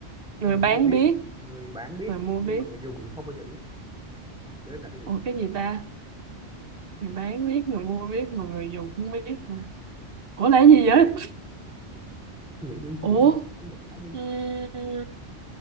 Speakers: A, in the centre; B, on the right.
A: người
B: người bán
A: mua biết
B: biết
A: người bán biết
B: người mua
A: nhưng
B: biết
A: mà người dùng thì không bao giờ biết để em là cái gì
B: ủa cái gì ta người bán
A: Ờ,
B: biết người mua biết mà người dùng không biết hả ủa là cái gì vậy
A: suy nghĩ đi suy
B: ủa
A: nghĩ đi đừng đánh đừng não đi
B: ừm,